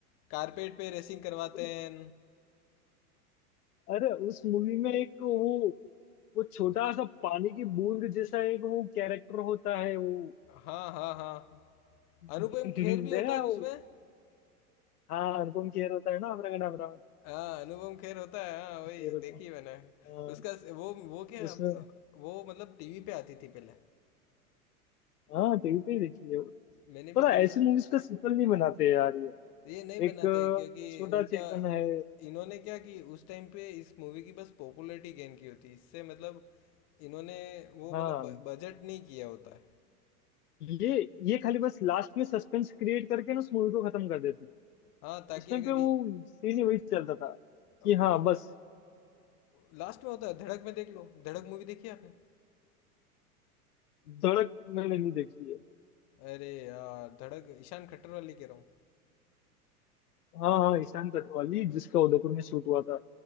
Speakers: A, on the left; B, on the left.
A: कारपेट पे रेसिंग करवाते
B: उस,
A: हैं
B: अरे उस मूवी में एक वो वो छोटा सा पानी की बूंद जैसा एक वो कैरेक्टर होता है वो
A: हाँ हाँ हाँ
B: <laughs>
A: अनुपम
B: देखा
A: खेर भी होता है
B: है
A: ना
B: वो
A: उसमें
B: हाँ अनुपम खेर होता है ना अपना का नाम रावण
A: हाँ अनुपम खेर होता है हाँ वही
B: खेर होता
A: देखी मैंने
B: है हाँ,
A: उसका वो वो क्या
B: उसमें
A: वो मतलब टीवी पे आती थी पहले
B: हाँ टीवी पे ही देखी है वो
A: मैंने भी
B: पता है,
A: टीवी
B: ऐसी मूवीज का सीक्वल नहीं बनाते यार ये
A: ये नहीं बनाते
B: एक अ,
A: क्योंकि
B: छोटा
A: उनका
B: चेतन है
A: इन्होंने क्या कि उस टाइम पे इस मूवी की बस पॉपुलैरिटी गेन की होती इससे मतलब इन्होंने वो
B: हाँ
A: मतलब बजट नहीं किया होता है
B: ये ये खाली बस लास्ट में सस्पेंस क्रिएट करके ना उस मूवी को खत्म कर देते
A: हाँ ताकि
B: उस टाइम
A: अगर
B: पे वो
A: इ-
B: सीन ही वही चलता था
A: वो
B: कि हाँ बस
A: लास्ट में होता है धड़क में देख लो धड़क मूवी देखी है आपने
B: धड़क मैंने नहीं देखी है
A: अरे यार धड़क ईशान खट्टर वाली कह रहा हूँ
B: हाँ हाँ ईशान कटवाली जिसका उदयपुर में शूट हुआ था